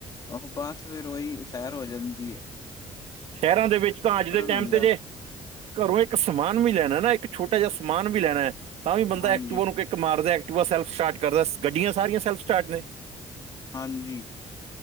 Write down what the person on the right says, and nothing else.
ਸ਼ਹਿਰਾਂ ਦੇ ਵਿਚ ਤਾਂ ਅਜ ਦੇ ਟਾਈਮ
ਤੇ ਜੇ- ਘਰੋਂ ਇਕ ਸਮਾਨ ਵੀ ਲੈਣਾ ਨਾ ਇਕ ਛੋਟਾ ਜਿਹਾ ਸਮਾਨ ਵੀ ਲੈਣਾ, ਤਾਂ ਵੀ ਬੰਦਾ
ਐਕਟਿਵਾ ਨੂੰ- ਮਾਰਦਾ, ਐਕਟ ਸੈਲਫ ਸਟਾਰਟ ਕਰਦਾ, ਗੱਡੀਆਂ ਸਾਰੀਆਂ ਸੈਲਫ ਸਟਾਰਟ ਨੇ-